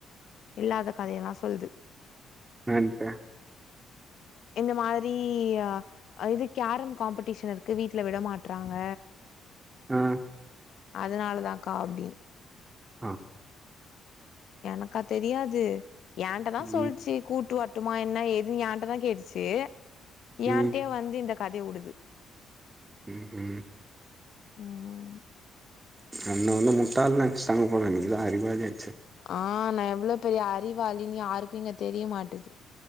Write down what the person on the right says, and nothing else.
இப்ப
ம்
ஆ
ம்
ம்
ம் ஹும்
என்ன வந்து முட்டாள்னு நென்ச்சிட்டாங்க போல நீதா அறிவாளியாச்சே